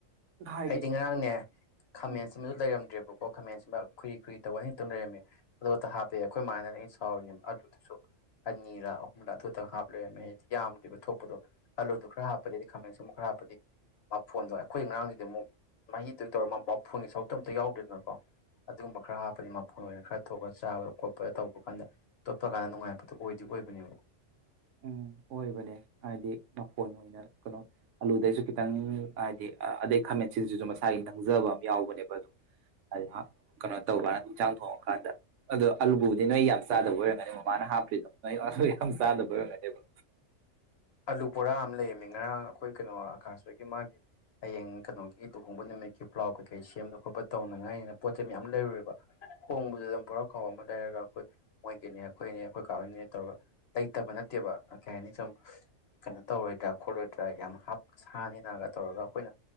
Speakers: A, on the right; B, on the left.
A: ꯍꯥꯏꯗꯤ
B: ꯑꯩꯗꯤ ꯉꯔꯥꯡꯅꯦ ꯈꯥꯃꯦꯟꯁꯤꯃꯗꯨ
A: ꯎꯝ
B: ꯂꯩꯔꯝꯗ꯭ꯔ ꯑꯀꯣ ꯈꯥꯃꯦꯟꯁꯤꯃ ꯈꯨꯔꯤ ꯈꯨꯨꯏꯔꯤ ꯇꯧ ꯑꯅꯤꯛꯇꯪ ꯂꯩꯔꯝꯃꯦ ꯑꯗꯨ ꯑ ꯍꯥꯞꯄꯦ ꯑꯩꯈꯣꯏ ꯃꯃꯅ ꯑꯩꯅ ꯁꯥꯎꯔꯤꯅꯦꯕ ꯑꯥꯂꯨꯗꯨꯁꯨ ꯑꯅꯤꯔꯥ ꯑꯍꯨꯝꯂ ꯑꯗꯨꯗꯪ ꯍꯥꯞꯄ ꯂꯩꯔꯝꯃꯦ ꯍꯥꯏꯗꯤ ꯌꯥꯝꯗꯕ ꯊꯣꯛꯄꯗꯣ ꯑꯂꯨꯗꯨꯣ ꯈꯔ ꯍꯥꯞꯄꯗꯤ ꯍꯥꯏꯗꯤ ꯈꯥꯃꯦꯟꯁꯤ ꯑꯃꯨꯛ ꯈꯔ ꯍꯥꯞꯄꯗꯤ ꯃꯐꯣꯟꯗꯣ ꯑꯩꯈꯣꯏ ꯑ ꯉꯔꯥꯡꯗꯨꯗꯤ ꯑꯃꯨꯛ ꯃꯍꯤꯗꯨ ꯇꯧꯔꯒ ꯃꯐꯣꯟꯒꯤ ꯁꯔꯨꯛꯇꯣ ꯑꯝꯇ ꯌꯥꯎꯗꯦꯗꯅꯀꯣ ꯑꯗꯨꯒꯨꯝꯕ ꯈꯔ ꯍꯥꯞꯄꯒꯤ ꯃꯐꯨꯣꯟ ꯑꯣꯏꯅ ꯈꯔ ꯊꯣꯛꯑꯒ ꯆꯥꯕ ꯈꯣꯠꯄ ꯇꯧꯕ ꯀꯥꯟꯗ ꯇꯣꯠꯄ ꯀꯥꯟꯗ ꯅꯨꯡꯉꯥꯏꯕꯗꯨꯣ ꯑꯣꯏꯗꯤ ꯑꯣꯏꯕꯅꯦꯕ
A: ꯎꯝ ꯑꯣꯏꯕꯅꯦ ꯍꯥꯏꯗꯤ ꯅꯐꯣꯟ ꯑꯣꯏꯅ ꯀꯩꯅꯣ ꯑꯂꯨꯗꯩꯁꯨ ꯈꯤꯇꯪ ꯍꯥꯏꯗꯤ ꯑꯗꯩ ꯈꯥꯃꯦꯟꯁꯤꯁꯤꯁꯨ ꯃꯁꯥꯒꯤ ꯈꯪꯖꯕ ꯑꯃ ꯌꯥꯎꯕꯅꯦꯕ ꯑꯗꯨꯝ ꯍꯥꯏꯗꯤ ꯀꯩꯅꯣ ꯇꯧꯀꯥꯟꯗ ꯍꯟꯖꯥꯡ ꯊꯣꯡꯉꯀꯥꯟꯗ ꯑꯗꯣ ꯑꯜꯂꯨꯕꯨꯗꯤ ꯅꯣꯏ ꯌꯥꯝ ꯆꯥꯗꯕ ꯑꯣꯏꯔꯝꯒꯅꯤ ꯃꯃꯥꯅ ꯍꯥꯞꯇ꯭ꯔꯤꯗꯣ ꯅꯣꯏ ꯑꯂꯨ ꯌꯥꯝ ꯆꯥꯗꯕ ꯑꯣꯏꯔꯃꯒꯅꯤꯕ
B: ꯑꯥꯂꯨ ꯕꯣꯔꯥ ꯑꯃ ꯂꯩꯔꯝꯃꯤ ꯉꯔꯥꯡ ꯑꯩꯈꯣꯏ ꯀꯩꯅꯣ ꯑꯀꯥꯁꯇꯒꯤ ꯃꯥꯒꯤ ꯍꯌꯦꯡ ꯀꯩꯅꯣꯒꯤ ꯇꯨꯍꯣꯡꯕ ꯅꯨꯃꯤꯠꯀꯤ ꯄ꯭ꯂꯥꯎ ꯀꯩꯀꯩ ꯁꯦꯝꯕ ꯈꯣꯠꯄ ꯇꯧꯅꯉꯥꯏꯅꯤꯅ ꯄꯣꯠꯁꯦ ꯃꯌꯥꯝ ꯂꯩꯔꯨꯔꯦꯕ ꯍꯣꯡꯕꯗꯨꯗ ꯕꯣꯔꯥ ꯈꯥꯎ ꯑꯃ ꯂꯩꯔꯒ ꯑꯩꯈꯣꯏ ꯃꯣꯏꯒꯤꯅꯦ ꯑꯩꯈꯣꯏꯅꯦ ꯑꯩꯈꯣꯏ ꯀꯥꯞꯅꯦ ꯇꯧꯔꯒ ꯂꯩꯇꯕ ꯅꯠꯇꯦꯕ ꯀꯩ ꯍꯥꯏꯅꯤ ꯁꯨ ꯀꯩꯅꯣ ꯇꯧꯔꯣꯏꯗ꯭ꯔꯥ ꯈꯣꯠꯂꯣꯏꯗ꯭ꯔꯥ ꯌꯥꯝ ꯍꯥꯞ ꯁꯥꯅꯤꯅꯒ ꯇꯧꯔꯒ ꯑꯩꯈꯣꯏꯅ